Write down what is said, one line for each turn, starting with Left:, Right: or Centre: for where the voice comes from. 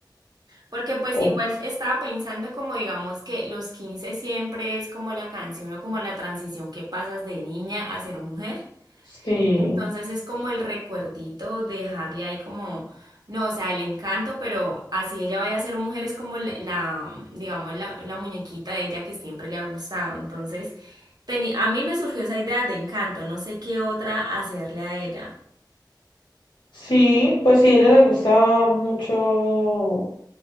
Right: porque pues
Left: O
Right: igual estaba pensando como digamos que los 15 siempre es como la canción o como la transición que pasas de niña a ser mujer.
Left: sí,
Right: Entonces es como el recuerdito de dejarle ahí como, no, o sea, el encanto, pero así ella vaya a ser mujer es como la, la, digamos, la, la muñequita de ella que siempre le ha gustado. Entonces, teni- a mí me surgió esa idea de encanto, no sé qué otra hacerle a ella.
Left: sí, pues si a ella le gusta mucho